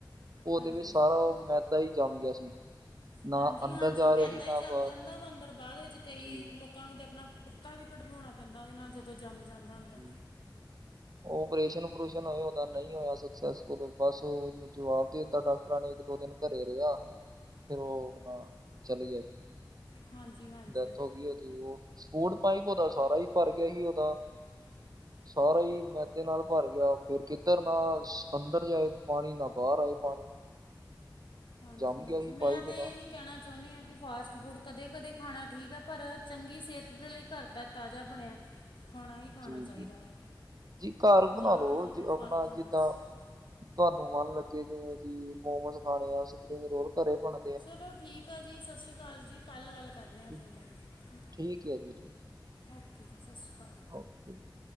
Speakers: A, on the right; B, on the left.
A: ਉਹਦੇ
B: ਹਾਂਜੀ
A: ਵਿੱਚ ਸਾਰਾ ਉਹ ਮੈਦਾ ਹੀ ਜੰਮ ਗਿਆ ਸੀ ਨਾ
B: ਹਾਂਜੀ-ਹਾਂਜੀ
A: ਅੰਦਰ ਜਾ
B: ਮੈਦਾਂ
A: ਰਿਹਾ ਸੀ
B: ਹੀ
A: ਨਾ
B: ਜੰਮ
A: ਬਾਹਰ
B: ਜਾਂਦਾ ਬ ਅਂਦਰ ਬਾਅਦ ਵਿੱਚ ਕਈ
A: ਜੀ
B: ਲੋਕ ਲੋਕਾਂ ਨੂੰ ਤਾਂ ਆਪਣਾ ਪਿੱਤਾ ਵੀ ਕਢਵਾਉਣਾ ਪੈਂਦਾ ਉਹਦੇ ਨਾਲ ਜਦੋਂ ਜੰਮ ਜਾਂਦਾ ਅੰਦਰ
A: ਜੀ ਓਪਰੇਸ਼ਨ ਉੂਪਰੁਸ਼ਨ ਹੋਏ ਉਹਦਾ ਨਹੀਂ ਹੋਇਆ ਸਕਸੈਸਫੁੱਲ ਬਸ ਜਵਾਬ ਦੇ ਦਿੱਤਾ ਡਾਕਟਰਾਂ ਨੇ, ਇੱਕ ਦੋ ਦਿਨ ਘਰੇ ਰਿਹਾ। ਫਿਰ ਉਹ, ਆਪਣਾ, ਚੱਲ ਗਿਆ,
B: ਹਾਂਜੀ ਹਾਂਜੀ
A: ਡੈਥ ਹੋ ਗਈ ਉਹਦੀ ਉਹ। ਫੂਡ ਪਾਈਪ ਉਹਦਾ ਸਾਰਾ ਹੀ ਭਰ ਗਿਆ ਈ ਉਹਦਾ। ਸਾਰਾ ਹੀ ਮੈਦੇ ਨਾਲ ਭਰ ਗਿਆ, ਫਿਰ ਕਿੱਧਰ ਨਾ ਅੰਦਰ ਜਾਏ ਪਾਣੀ ਨਾ ਬਾਹਰ ਆਏ ਪਾਣੀ।
B: ਹਾਂਜੀ-ਹਾਂਜੀ,
A: ਜੰਮ ਗਿਆ ਸੀ
B: ਮੈਂ
A: ਪਾਈਪ
B: ਤੇ
A: ਉਹਦਾ
B: ਏਹੀ। ਕਹਿਣਾ ਚਾਹੁੰਦੀ ਆ ਕਿ ਫਾਸਟ ਫੂਡ ਕਦੇ-ਕਦੇ ਖਾਣਾ ਠੀਕ ਹੈ ਪਰ ਚੰਗੀ ਸਿਹਤ ਦੇ ਲਈ ਘਰ ਦਾ ਤਾਜ਼ਾ ਬਣਿਆ। <inaudible> ਖਾਣਾ
A: ਜੀ,
B: ਚਾਹੀਦਾ
A: ਜੀ,
B: ਵਾ
A: ਜੀ ਘਰ
B: ਜ਼ਿਆਦਾ
A: ਬਣਾ ਲੋ
B: ਤੋਂ ਜ਼ਿਆਦਾ
A: ਜ
B: ਫਲ
A: ਆਪਣਾ
B: ਖਾਣੇ
A: ਜਿੱਦਾਂ।
B: ਚਾਹੀਦੇ
A: ਤੁਹਾਨੂੰ ਮਨ ਲੱਗੇ, ਜਿਵੇਂ ਕਿ, ਮੋਮੋਸ ਖਾਣੇ ਆ ਸਪਰਿੰਗ ਰੋਲ ਘਰੇ ਬਣ।
B: ਚਲੋ ਠੀਕ ਹੈ ਜੀ, ਸਤਿ ਸ਼੍ਰੀ ਅਕਾਲ ਜੀ, ਕੱਲ ਗੱਲ ਕਰਨੇ ਆ,
A: ਠੀਕ
B: <unintelligible> ਗੱਲ।
A: ਠੀਕ ਹੈ ਜੀ ਠੀਕ ਹੈ
B: ਓਕੇ ਜੀ, ਸਤਿ ਸ਼੍ਰੀ ਅਕਾਲ
A: ਓਕੇ <unintelligible>